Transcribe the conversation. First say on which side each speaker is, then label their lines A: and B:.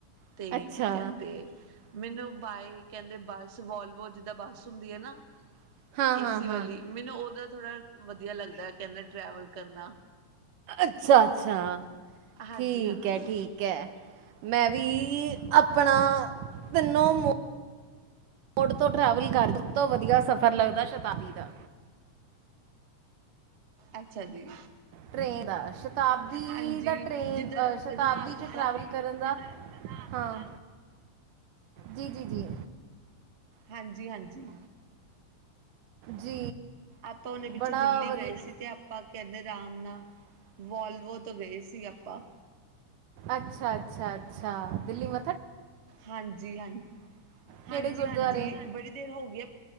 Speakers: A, on the right; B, on the right.
A: ਤੇ
B: ਅੱਛਾ
A: ਕੀ ਕਹਿੰਦੇ ਮੈਨੂੰ ਬਾਏ ਕਹਿੰਦੇ ਬੱਸ ਵੋਲਵੋ ਜਿੱਦਾਂ ਬੱਸ ਹੁੰਦੀ ਐ ਨਾ
B: ਹਾਂ
A: ਏਸੀ
B: ਹਾਂ ਹਾਂ
A: ਵਾਲੀ ਮੈਨੂੰ ਉਹਦਾ ਥੋੜਾ ਵਧੀਆ ਲੱਗਦਾ ਕਹਿੰਦੇ ਟਰੈਵਲ ਕਰਨਾ।
B: ਅੱਛਾ-ਅੱਛਾ।
A: ਹਾਂਜੀ
B: ਠੀਕ
A: ਹਾਂਜੀ
B: ਐ ਠੀਕ ਐ ਮੈਂ ਵੀ ਈ ਆਪਣਾ ਤਿੰਨੋ ਮ ਮੋਡ ਤੋਂ ਟ੍ਰੈਵਲ ਕਰ ਸਭ ਤੋਂ ਵਧੀਆ ਸਫ਼ਰ ਲੱਗਦਾ ਏ ਸ਼ਤਾਬਦੀ ਦਾ।
A: ਅੱਛਾ ਜੀ।
B: ਟ੍ਰੇਨ ਦਾ ਸਤ ਸ਼ਤਾਬਦੀ
A: ਹਾਂਜੀ
B: ਦਾ ਟ੍ਰੇਨ
A: ਜਿੱਦਾਂ
B: ਅ ਸ਼ਤਾਬਦੀ
A: ਰਾਤ
B: ਚ
A: ਦਾ
B: ਟ੍ਰੈਵਲ ਕਰਨ ਦਾ ਹਾਂ, ਜੀ- ਜੀ- ਜੀ।
A: ਹਾਂਜੀ-ਹਾਂਜੀ।
B: ਜੀ।
A: ਆਪਾਂ ਉਹਨੇ ਪਿੱਛੇ
B: ਬੜਾ
A: ਦਿੱਲੀ
B: ਵਧੀਆ
A: ਗਏ ਸੀ ਤੇ ਆਪਾਂ ਕਹਿੰਦੇ ਆਰਾਮ ਨਾ ਵੋਲਵੋ ਤੋਂ ਗਏ ਸੀ ਆਪਾਂ।
B: ਅੱਛਾ-ਅੱਛਾ-ਅੱਛਾ ਦਿੱਲੀ ਮ
A: ਹਾਂਜੀ, ਹਾਂ। ਹਾਂਜੀ-ਹਾਂਜੀ,
B: ਕਿਹੜੇ ਗੁਰਦੁਆਰੇ
A: ਬੜੀ ਦੇਰ ਹੋ ਗਈ ਐ